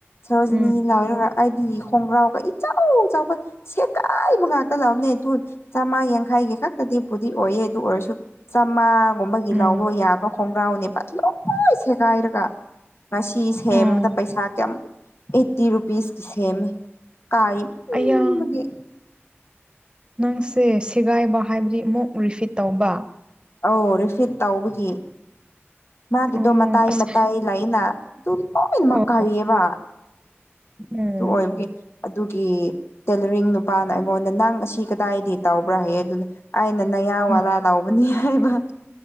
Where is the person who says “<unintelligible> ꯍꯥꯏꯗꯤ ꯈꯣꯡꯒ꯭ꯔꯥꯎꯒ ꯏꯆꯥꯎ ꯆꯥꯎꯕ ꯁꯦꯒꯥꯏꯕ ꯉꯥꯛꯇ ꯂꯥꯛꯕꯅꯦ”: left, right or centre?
Left